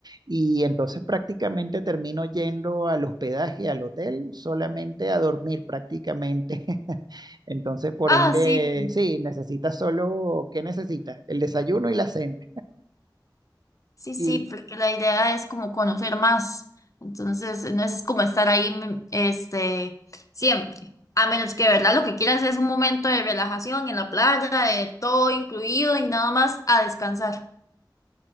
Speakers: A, on the right; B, on the left.
A: y entonces prácticamente termino yendo al hospedaje, al hotel, solamente a dormir prácticamente. <laughs> Entonces, por
B: Ah,
A: ende,
B: sí,
A: sí, necesitas solo, ¿qué necesitas? El desayuno y la cena.
B: Sí, sí,
A: Y
B: porque la idea es como conocer más. Entonces, no es como estar ahí, mm, este, siempre. A menos que, ¿verdad? Lo que quieras es un momento de relajación en la playa, de todo incluido y nada más a descansar.